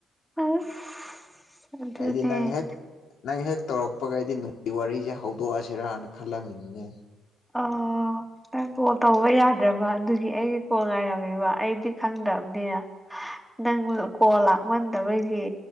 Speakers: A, in the centre; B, on the left.
A: ꯑꯁ ꯑꯗꯨꯅꯦ
B: ꯑꯩꯗꯤ ꯅꯪ ꯍꯦꯛ ꯅꯪ ꯍꯦꯛ ꯇꯧꯔꯛꯄꯒꯩꯗꯤ ꯅꯨꯡꯒꯤ ꯋꯥꯔꯤꯁꯦ ꯍꯧꯗꯣꯛꯑꯁꯤꯔꯅ ꯈꯜꯂꯝꯃꯤꯅꯤꯅꯦ
A: ꯑ ꯅꯪ ꯀꯣꯜ ꯇꯧꯕ ꯌꯥꯗ꯭ꯔꯕ ꯑꯗꯨꯒꯤ ꯑꯩꯒꯤ ꯀꯣꯜ ꯉꯥꯏꯔꯝꯃꯦꯕ ꯑꯩꯗꯤ ꯈꯪꯗ꯭ꯔꯕꯅꯤꯅ ꯅꯪ ꯀꯣ ꯂꯥꯛꯃꯟꯗꯕꯒꯤ